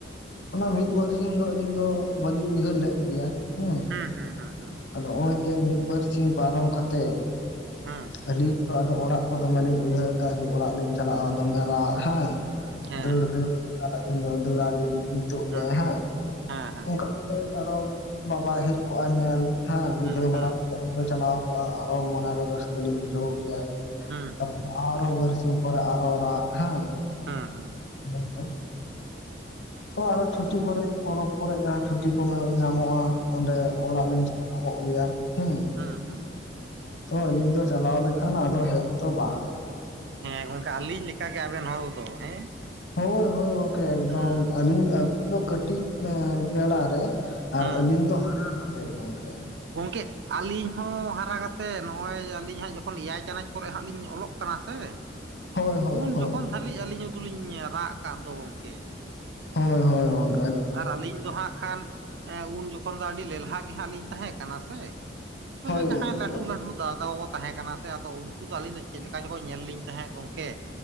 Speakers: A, on the left; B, on the right.
A: ᱚᱱᱟ ᱢᱤᱫ--ᱵᱟᱨᱥᱤᱧ ᱫᱚ ᱟᱹᱞᱤᱧ ᱫᱚ ᱵᱟᱹᱞᱤᱧ ᱩᱭᱦᱟᱹᱨ ᱞᱮᱫ ᱜᱮᱭᱟ ᱦᱮᱸ᱾
B: ᱦᱮᱸ ᱦᱩᱸ ᱦᱩ ᱦᱩᱸ
A: ᱟᱫᱚ ᱚᱸᱭ ᱡᱮ ᱢᱤᱫ ᱵᱟᱨ ᱥᱤᱧ ᱯᱟᱨᱚᱢ ᱠᱟᱛᱮᱜ
B: ᱦᱩᱸ
A: ᱟᱹᱞᱤᱧ ᱟᱫᱚ ᱟᱫᱚ ᱚᱲᱟᱜ ᱠᱚ ᱫᱚᱢᱮ ᱞᱤᱧ ᱩᱭᱦᱟᱹᱨ ᱫᱟ ᱡᱮ ᱚᱲᱟᱜ ᱞᱤᱧ ᱪᱟᱞᱟᱜᱼᱟ ᱫᱚᱢᱮ ᱨᱟᱜ ᱦᱮᱸ᱾
B: ᱦᱮᱸ
A: ᱫᱟᱹᱲ
B: ᱦᱮᱸ
A: ᱫᱟᱹᱲ ᱟᱹᱞᱤᱧ ᱫᱚ ᱫᱟ. ᱲᱟᱞᱤᱧ ᱱᱤᱛᱚᱜ
B: ᱦᱩᱸ
A: ᱜᱮ ᱦᱮᱸ᱾
B: ᱦᱮᱸ ᱦᱮᱸ
A: ᱚᱝᱠᱟ ᱟᱨᱚ ᱵᱟᱵᱟ ᱦᱮᱡ ᱠᱚᱜᱼᱟ ᱧᱮᱞ ᱦᱮᱸ᱾ ᱵᱩᱡᱷᱟᱹᱣ
B: ᱦᱩᱸ ᱦᱩᱸ
A: ᱵᱟᱲᱟ ᱪᱟᱞᱟᱣ ᱠᱚᱜᱼᱟ᱾ ᱟᱨᱚ ᱢᱚᱱᱮᱨᱮ ᱨᱟᱹᱥᱠᱟᱹ ᱞᱤᱧ ᱵᱩᱡᱷᱟᱹᱣ ᱠᱮᱭᱟ᱾
B: ᱦᱩᱸ
A: ᱛᱟᱯᱚᱨ ᱟᱨᱚ ᱵᱟᱨᱥᱤᱧ ᱯᱚᱨᱮ ᱟᱨᱚ ᱨᱟᱜ ᱦᱮᱸ᱾
B: ᱦᱮᱸ ᱦᱮᱸ᱾
A: <inaudible> ᱛᱚ ᱟᱨᱚ ᱪᱷᱩᱴᱤ ᱠᱚᱨᱮᱜ, ᱯᱚᱨᱚᱵ ᱠᱚᱨᱮᱜ ᱡᱟᱦᱟ ᱪᱷᱩᱴᱤ ᱠᱚ ᱧᱟᱢᱚᱜᱼᱟ ᱚᱸᱰᱮ ᱚᱲᱟᱜ ᱞᱤᱧ ᱧᱟᱢᱚ ᱜᱮᱭᱟ ᱦᱮᱸ᱾
B: ᱦᱮᱸ ᱦᱮᱸ᱾
A: ᱛᱚ ᱟᱞᱤᱧ ᱫᱚ ᱪᱟᱞᱟᱣ ᱞᱮᱠᱷᱟᱱ ᱟᱫᱚ ᱦᱮᱡ ᱛᱚ ᱵᱟᱝ᱾
B: ᱦᱮᱸ ᱜᱚᱝᱠᱮ ᱟᱹᱞᱤᱧ ᱞᱮᱠᱟ ᱜᱮ ᱟᱵᱮᱱ ᱦᱚᱲ ᱫᱚ ᱦᱮᱸ᱾
A: ᱦᱳᱭ ᱦᱳᱭ ᱜᱚᱝᱠᱮ ᱮᱠᱫᱚᱢ
B: ᱦᱩᱸ
A: ᱟᱹᱞᱤᱧ ᱟᱹᱵᱤᱱ ᱫᱚ ᱠᱟᱹᱴᱤᱡ ᱮᱸ ᱵᱮᱲᱟ ᱨᱮ ᱟᱨ
B: ᱦᱩᱸ
A: ᱟ. ᱞᱤᱧ ᱫᱚ ᱦᱟᱨᱟ ᱠᱟᱛᱮᱫ ᱜᱚᱝᱠᱮ᱾
B: ᱜᱚᱝᱠᱮ ᱟᱹᱞᱤᱧ ᱦᱚᱸ ᱦᱟᱨᱟ ᱠᱟᱛᱮᱜ ᱱᱚᱜᱼᱚᱭ ᱟᱹᱞᱤᱧ ᱦᱟᱸᱜ ᱡᱚᱠᱷᱚᱱ ᱮᱭᱟᱭ ᱪᱟᱱᱟᱪ ᱠᱚᱨᱮ ᱦᱟᱸᱜ ᱞᱤᱧ ᱚᱞᱚᱜ ᱠᱟᱱᱟ ᱥᱮ᱾
A: ᱦᱳᱭ ᱦᱳᱭ
B: ᱩᱱ
A: ᱦᱳᱭ
B: ᱡᱚᱠᱷᱚᱱ ᱫᱷᱟ. ᱞᱤᱡ ᱟᱹᱞᱤᱧᱚ ᱫᱚ ᱞᱤᱧ ᱨᱟᱜ ᱟᱠᱟᱫ ᱫᱚ ᱜᱚᱝᱠᱮ᱾
A: ᱦᱳᱭ ᱦᱳᱭ ᱜᱚᱝ
B: ᱟᱨ ᱟᱹᱞᱤᱧ ᱫᱚ ᱦᱟᱸᱜ ᱠᱷᱟᱱ ᱮᱸ ᱩᱱ ᱡᱚᱠᱷᱚᱱ ᱫᱚ ᱟᱹᱰᱤ ᱞᱮᱞᱦᱟ ᱜᱮ ᱦᱟᱜ ᱞᱤᱧ ᱛᱟᱦᱮ ᱠᱟᱱᱟ ᱥᱮ ᱛᱚᱵᱮ
A: ᱦᱳᱭ ᱜᱚᱝᱠᱮ
B: ᱡᱟᱦᱟᱸ ᱞᱟᱹᱴ ᱴᱩ ᱞᱟᱹᱴᱩ ᱫᱟᱫᱟ ᱛᱟᱠᱚ ᱠᱚ ᱛᱟᱦᱮᱸ ᱠᱟᱱᱟ ᱥᱮ ᱟᱫᱚ ᱩᱱᱠᱩ ᱫᱚ ᱟᱹᱞᱤᱧ ᱫᱚ ᱪᱮᱫ ᱞᱮᱠᱟ ᱪᱚᱠᱚ ᱧᱮᱞ ᱞᱤᱧ ᱛᱟᱦᱮᱸᱫ ᱜᱚᱝᱠᱮ᱾